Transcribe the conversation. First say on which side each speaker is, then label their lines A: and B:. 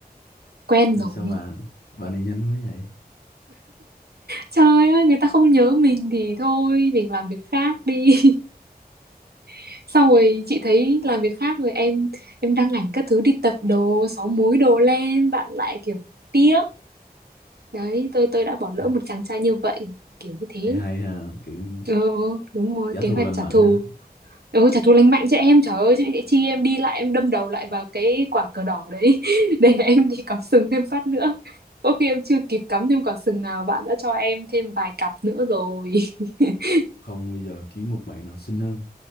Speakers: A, on the right; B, on the left.
A: quen
B: vì
A: rồi
B: sao bạn bạn này nhanh quá vậy
A: trời ơi người ta không nhớ mình thì thôi mình làm việc khác đi <laughs> sau rồi chị thấy làm việc khác rồi em em đăng ảnh các thứ đi tập đồ sáu múi đồ lên bạn lại kiểu tiếc đấy tôi tôi đã bỏ lỡ
B: à,
A: một chàng trai như vậy kiểu như thế
B: hay, hay ha kiểu
A: ờ ờ, đúng rồi
B: trả
A: kế
B: thù
A: hoạch
B: lành
A: trả
B: mạnh
A: thù
B: ha
A: Ừ, trả thù lành mạnh chứ em trời ơi chứ chi em đi lại em đâm đầu lại vào cái quả cờ đỏ đấy <laughs> để em đi cắm sừng thêm phát nữa có khi em chưa kịp cắm thêm quả sừng nào bạn đã cho em thêm vài cặp nữa rồi <laughs>
B: không bây giờ kiếm một bạn nào xinh hơn